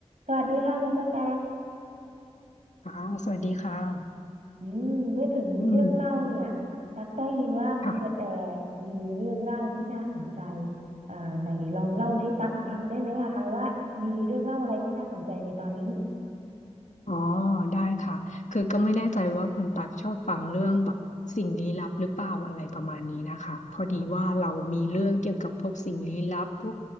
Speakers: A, on the right; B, on the left.
A: สวัสดีค่ะคุณกระแต
B: ค่ะสวัสดีค่ะ
A: อืมพูดถึงเรื่องเล่าเนี่ยตักได้ยินว่าคุณกระแต
B: อืมค่ะ
A: มีเรื่องเล่าที่น่าสนใจอ่าไหนลองเล่าให้ตักฟังได้ไหมอะคะว่ามีเรื่องเล่าอะไรที่น่าสนใจในตอนนี้
B: อ๋อได้ค่ะคือก็ไม่แน่ใจว่าคุณปักชอบฟังเรื่องแบบสิ่งลี้ลับหรือเปล่าอะไรประมาณนี้นะคะพอดีว่าเรามีเรื่องเกี่ยวกับพวกสิ่งลี้ลับพวก